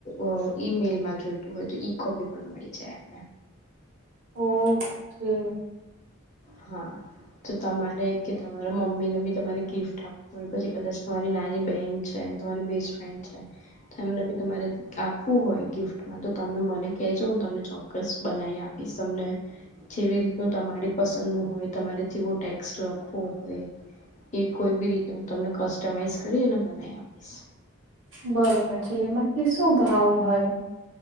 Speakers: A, on the left; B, on the right.
A: અ.. ઈમેલમાં જોઈતું હોય, તો ઈ કોપી પણ મળી જાય એમને
B: ઓકે
A: હા તો તમારે કે તમારા મમ્મીને ભી તમારે ગિફ્ટ આપવું હોય, પછી કદાચ તમારી નાની બહેન છે, તમારી બેસ્ટ ફ્રેન્ડ છે, એમને ભી તમારે આપવું હોય, ગિફ્ટમાં તો તમે મને કહેજો, હું તમને ચોક્કસ બનાવી આપીશ, તમને જેવી રીતનું તમારી પસંદનું હોય, તમારે જેવો ટેક્સ લખવો હોય એ કોઈ બી રીતે હું તમને કસ્ટમાઈઝ કરી અને બનાવી આપીશ.
B: બરોબર છે, લે એમાંથી શું ભાવ હોય?